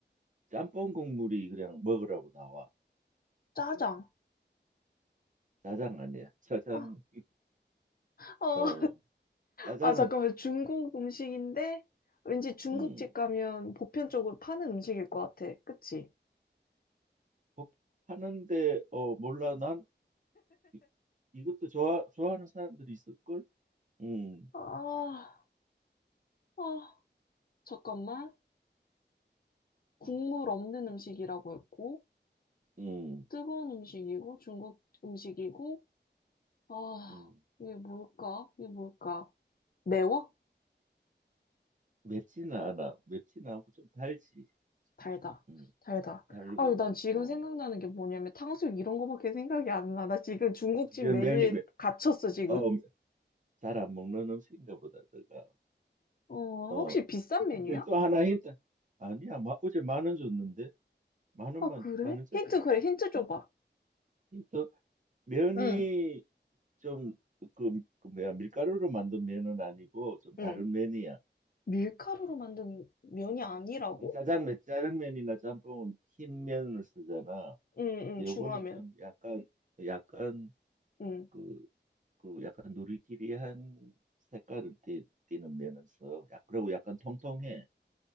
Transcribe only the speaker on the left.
짜장.
아,
어.
아, 잠깐만. 중국 음식인데 왠지 중국집
가면 보편적으로 파는 음식일 것 같아. 그치?
아, 아, 잠깐만. 국물
없는 음식이라고 했고,
뜨거운 음식이고, 중국 음식이고, 아,
이게 뭘까? 이게 뭘까? 매워?
달다.
달다.
아, 난 지금
생각나는 게 뭐냐면 탕수육 이런 거밖에 생각이 안 나. 나 지금 중국집
메뉴에
갇혔어, 지금.
어,
혹시 비싼 메뉴야?
아, 그래?
힌트, 그래, 힌트 줘봐.
응.
응.
밀가루로 만든 면이 아니라고?
응,
응,
중화면.
응.